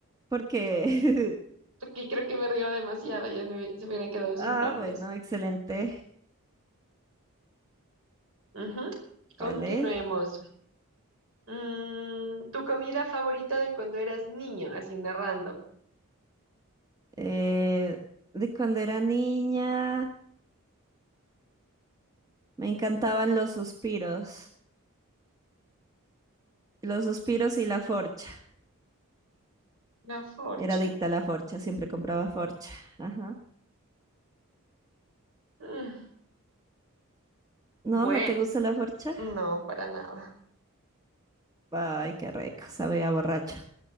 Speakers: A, on the right; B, on the right.
A: Porque. <laughs>
B: Porque creo que me río demasiado, ya me hubie- se hubieran quedado sin
A: Ah,
B: nombres.
A: bueno, excelente.
B: Ujú. Continuemos.
A: Vale.
B: Mm, ¿tu comida favorita de cuando eras niño? Así una random.
A: Eh, de cuando era niña, me encantaban los suspiros. Los suspiros y la forcha.
B: La forcha.
A: Era adicta a la forcha, siempre compraba forcha. Ajá.
B: Mm,
A: No,
B: Bueno,
A: ¿no te gusta la forcha?
B: No, para nada.
A: Ay, qué rico, sabe a borracho.